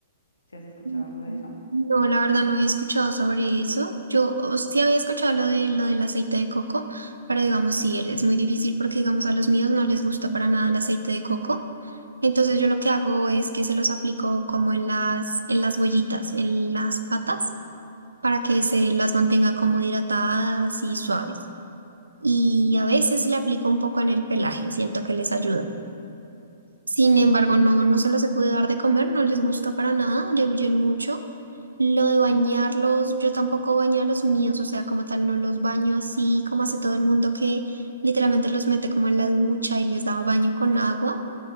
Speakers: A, on the left; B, on the right.
A: ¿Se has escuchado
B: mm,
A: algo de
B: mm.
A: eso?
B: No, la verdad no había escuchado sobre eso. Yo o, sí había escuchado lo de lo del aceite de coco, pero digamos sí, es muy difícil porque digamos a los míos no les gusta para nada el aceite de coco. Entonces yo lo que hago es que se los aplico como en las, en las huellitas, en las patas, para que se las mantenga como hidratadas y suaves. Y a veces le aplico un poco en el pelaje, siento que les ayuda. Sin embargo, no, no se los he podido dar de comer, no les gusta para nada, le huyen mucho. Lo de bañarlos, yo tampoco baño a los míos, o sea, como tal, no los baño así como hace todo el mundo que literalmente los mete como en la ducha y les da baño con agua